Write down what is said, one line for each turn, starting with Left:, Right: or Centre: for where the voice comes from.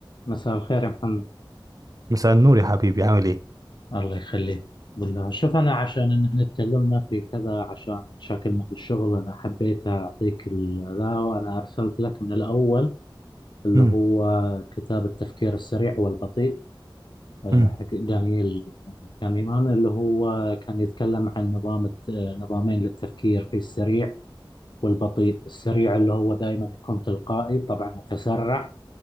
Left: مساء الخير يا محمد
Right: مساء النور يا حبيبي عامل ايه
Left: الله يخليك بالله شوف أنا عشان إن إحنا اتكلمنا في كذا عشان مشاكلنا في الشغل أنا حبيت أعطيك ال- ذا وأنا أرسلت لك من الأول اللي
Right: مم،
Left: هو كتاب التفكير السريع والبطيء آه،
Right: مم،
Left: حق دانييل كانيمان اللي هو كان يتكلم عن نظام الت- آه، نظامين للتفكير في السريع والبطيء السريع اللي هو دائما يكون تلقائي طبعا متسرع